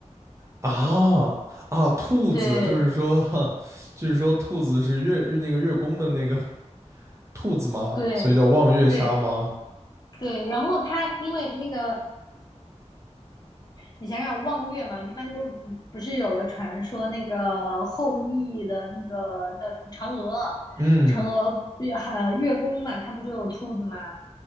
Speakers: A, on the right; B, on the left.
A: 啊啊，兔子，
B: 对
A: 就是说，<laughs> 就是说兔子是月那个月宫的那个 <laughs> 兔子吗？
B: 对对，
A: 所以叫望月沙吗？
B: 对，然后他因为那个，你想想望月嘛，一般都不是有个传说，那个后羿的那个叫什么嫦娥，
A: 嗯
B: 嫦娥月还月宫嘛，它不就有兔子嘛？